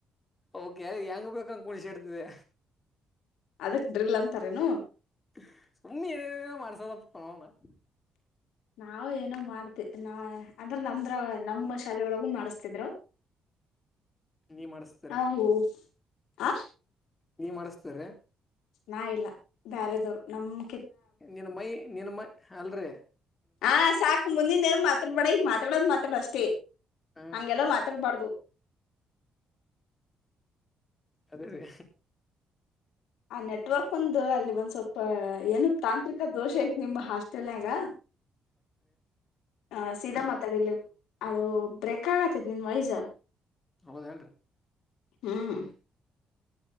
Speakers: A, on the left; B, on the left.
A: ಓಕೆ ಹೆಂಗ ಬೇಕು ಹಂಗ ಕುಣಿಸುತಾಡ್ತಿದ್ದೆ.
B: ಅದಕ್ ಡ್ರಿಲ್ ಅಂತಾರೇನು.
A: <unintelligible>
B: ನಾವ ಏನೋ ಮಾಡ್ತಿ ಅಂದ್ರ ನಮ್ರ ನಮ್ಮ ಶಾಲೆ ಒಳಗು ಮಾಡಿಸತಿದ್ರು.
A: ನೀ ಮಾಡ್ಸ್
B: ಹಾ ಹೌ ಹಾ.
A: ನೀ ಮಾಡಸ್ತ್ರರೇ
B: ನಾ ಇಲ್ಲ ಬ್ಯಾರೆದವ್ರು ನಮ್ಮ.
A: ನಿನ್ ಮೈ ನಿನ್ ಮೈ ಅಲ್ರರಿ.
B: ಹ ಸಾಕು ಮುಂದಿನ ಏನ ಮಾತಾಡ್ಬ್ಯಾಡ ಈಗ ಮಾತಾಡೋದು ಮಾತಾಡ ಅಷ್ಟೇ
A: ಹಾ
B: ಹಂಗೆಲ್ಲ ಮಾತಾಡ್ಬಾರ್ದು.
A: ಅದೇರೀ.
B: ಆ ನೆಟ್ವರ್ಕ್ ಒಂದು ಅಲ್ಲಿ ಒಂದ್ ಸ್ವಲ್ಪ ಏನು ತಾಂತ್ರಿಕ ದೋಷ ಐತ್ ನಿಮ ಹಾಸ್ಟೆಲ್ನಯಾಗ. <unintelligible> ಹ ಸೀದಾ ಮಾತಾಡಿಲ್ಲಿ ಅದು ಬ್ರೇಕ್ ಆಗತ್ತತಿ ನಿನ್ ವಾಯ್ಸ್.
A: ಹೌದೇನ್ರೀ.
B: ಹ್ಮ್